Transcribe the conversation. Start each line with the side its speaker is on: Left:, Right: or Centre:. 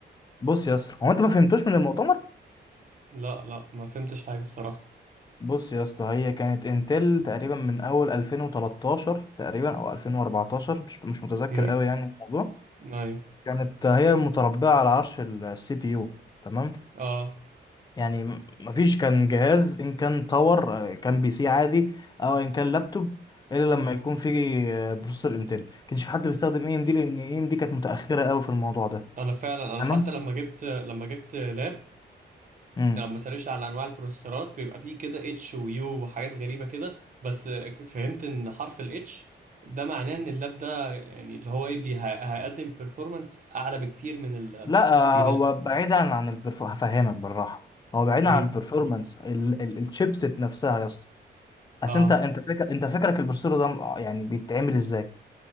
Left: بص يا اسطى هو انت ما فهمتوش من المؤتمر
Right: لا لا ما فهمتش حاجه الصراحه
Left: بص يا اسطى هي كانت انتل تقريبا من اول 2013 تقريبا او 2014 مش مش متذكر
Right: امم
Left: قوي يعني الموضوع
Right: ايوه
Left: كانت هي متربعه على عرش السي بي يو تمام
Right: اه
Left: يعني م- مفيش كان جهاز ان كان تاور آه، كان بي سي عادي او ان كان لابتوب الا لما يكون فيه آه، بروسيسور انتل كانش في حد بيستخدم اي ام دي لان اي ام دي كانت متاخره قوي في الموضوع ده
Right: انا فعلا انا
Left: تمام
Right: حتى لما جبت لما جبت لاب
Left: امم
Right: يعني لما سرشت على انواع البروسيسورات بيبقى فيه كده اتش ويو وحاجات غريبه كده بس فهمت ان حرف الاتش ده معناه ان اللاب ده يعني اللي هو ايه بي- هي- هيقدم بيرفورمانس اعلى بكتير من ال
Left: لا آه،
Right: من ال
Left: هو بعيدا عن البرف هفهمك بالراحه هو بعيدا
Right: مم.
Left: عن البرفورمانس الشيبسيت نفسها يا اسطى اصل
Right: اه
Left: انت انت فاكر انت فاكرك البروسيسور ده م- يعني بيتعمل ازاي